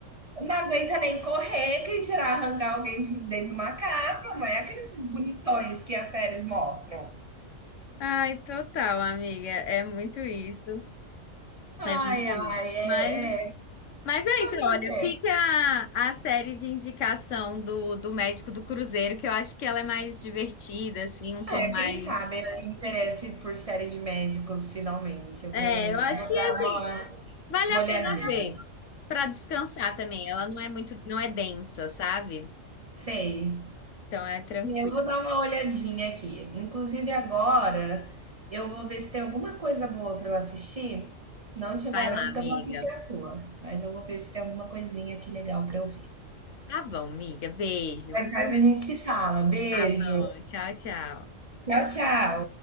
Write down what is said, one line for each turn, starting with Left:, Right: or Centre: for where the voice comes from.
Right: Não aguenta nem correr, quem tirar arrancar alguém de dentro de uma casa, não é aqueles bonitões que as séries mostram.
Left: Ai, total, amiga. É muito isso.
Right: Ai,
Left: É muito
Right: ai,
Left: isso.
Right: é,
Left: Mas,
Right: é.
Left: mas é
Right: Fazer
Left: isso, olha,
Right: o quê?
Left: fica a série de indicação do, do médico do Cruzeiro, que eu acho que ela é mais divertida, assim, um tom
Right: É,
Left: mais.
Right: quem sabe eu me interesse por série de médicos finalmente. Eu
Left: É,
Right: vou,
Left: eu acho
Right: É, vou
Left: que
Right: dar
Left: assim,
Right: uma,
Left: Vale
Right: uma
Left: a
Right: olhadinha.
Left: pena ver pra descansar também. Ela não é muito, não é densa, sabe?
Right: Sei.
Left: Então é tranquilo.
Right: Eu vou dar uma olhadinha aqui. Inclusive agora eu vou ver se tem alguma coisa boa para eu assistir. Não te garanto
Left: Vai lá, amiga.
Right: que eu vou assistir a sua, mas eu vou ver se tem alguma coisinha aqui legal para eu ver.
Left: Tá bom, amiga. Beijo,
Right: Mais
Left: viu?
Right: tarde a gente se fala. Beijo.
Left: Tá bom. Tchau, tchau.
Right: Tchau, tchau.